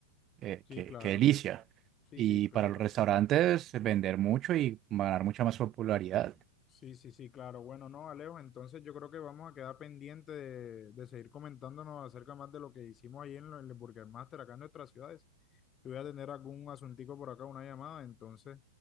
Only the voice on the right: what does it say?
eh,
qué,
qué delicia.
Y
para los restaurantes, vender mucho y ganar mucha más popularidad.